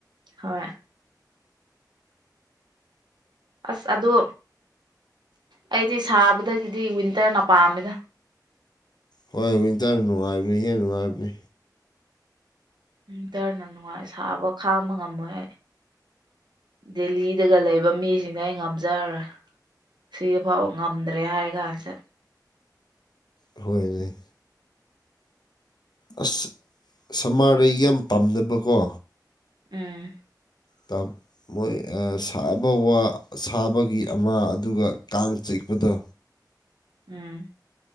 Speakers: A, on the right; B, on the left.
A: ꯍꯣꯏ꯫ ꯑꯁ ꯑꯗꯣ ꯑꯩꯗꯤ ꯁꯥꯕꯗꯒꯤꯗꯤ ꯋꯤꯟꯇꯔꯅ ꯄꯥꯝꯃꯤꯗ꯫
B: ꯍꯣꯏ ꯋꯤꯟꯇꯔ ꯅꯨꯡꯉꯥꯏꯕꯅꯤ ꯍꯦꯟꯅ ꯅꯨꯡꯉꯥꯏꯕꯅꯤ꯫
A: ꯋꯤꯟꯇꯔꯅ ꯅꯨꯡꯉꯥꯏ ꯁꯥꯕ ꯈꯥꯡꯕ ꯉꯝꯃꯣꯏ ꯑꯩ꯫ ꯗꯦꯜꯂꯤꯗꯒ ꯂꯩꯕ ꯃꯤꯁꯤꯡꯅ ꯑꯩ ꯉꯝꯖꯔꯔꯣꯏ꯫ ꯁꯤꯗꯐꯥꯎ ꯉꯝꯗ꯭ꯔꯦ ꯍꯥꯏꯔ ꯀꯥꯟꯁꯤꯗ꯫
B: ꯍꯣꯏꯅꯦ꯫ ꯑꯁ ꯁꯝꯃꯔꯗ ꯌꯥꯝ ꯄꯥꯝꯅꯕꯀꯣ
A: ꯎꯝ꯫
B: ꯇꯞ ꯃꯣꯏ ꯁꯥꯕ ꯋꯥ ꯁꯥꯕꯒꯤ ꯑꯃ ꯑꯗꯨꯒ ꯀꯥꯡ ꯆꯤꯛꯄꯗꯣ
A: ꯎꯝ